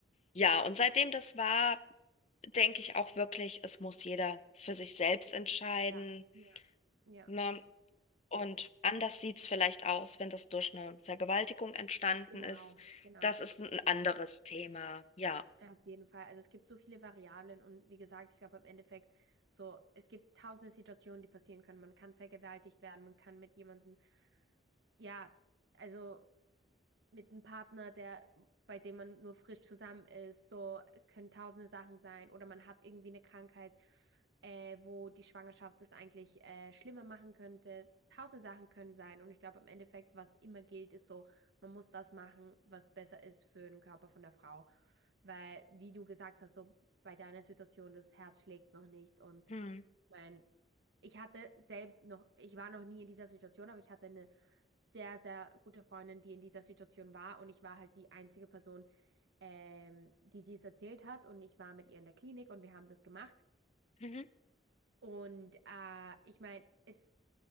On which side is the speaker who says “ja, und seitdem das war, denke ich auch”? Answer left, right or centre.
Left